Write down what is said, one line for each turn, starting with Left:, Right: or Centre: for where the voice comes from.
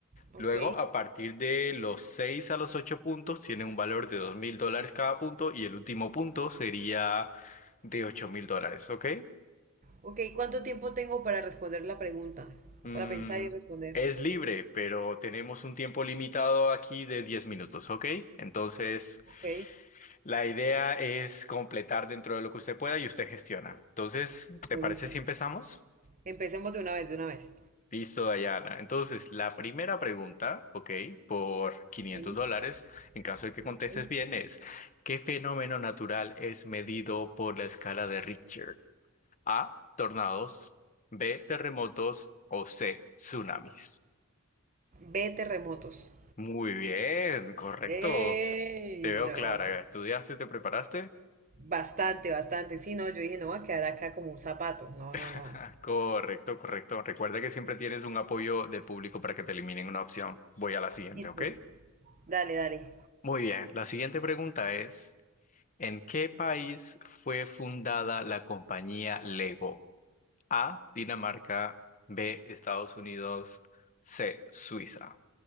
Right: Ok,
Left: Luego, a partir de los 6 a los 8 puntos, tienen un valor de 2.000 dólares cada punto y el último punto sería de 8.000 dólares, ¿ok?
Right: ok. ¿Cuánto tiempo tengo para responder la pregunta?
Left: Mm,
Right: Para pensar y responder.
Left: es libre, pero tenemos un tiempo limitado aquí de 10 minutos, ¿ok? Entonces,
Right: Ok,
Left: la idea es completar dentro de lo que usted pueda y usted gestiona. Entonces,
Right: listo,
Left: ¿te parece
Right: listo.
Left: si empezamos?
Right: Empecemos de una vez, de una vez.
Left: Listo, Dayana. Entonces, la primera pregunta, ¿ok? Por quinientos
Right: Sí,
Left: dólares, en caso de que
Right: ok.
Left: contestes bien, es, ¿qué fenómeno natural es medido por la escala de Richter? A, tornados, B, terremotos o C, tsunamis.
Right: Ve terremotos.
Left: Muy bien, correcto.
Right: ¡Ey!
Left: Te veo
Right: No.
Left: clara. ¿Estudiaste, te preparaste?
Right: Bastante, bastante. Sí, no, yo dije, no va a quedar acá como un zapato. No, no,
Left: <laughs>
Right: no.
Left: Correcto, correcto. Recuerda que siempre tienes un apoyo del público para que te eliminen una opción. Voy a la siguiente,
Right: Listo,
Left: ¿ok?
Right: Luz. Dale, dale.
Left: Muy bien. La siguiente pregunta es, ¿en qué país fue fundada la compañía Lego? A, Dinamarca, B, Estados Unidos, C, Suiza.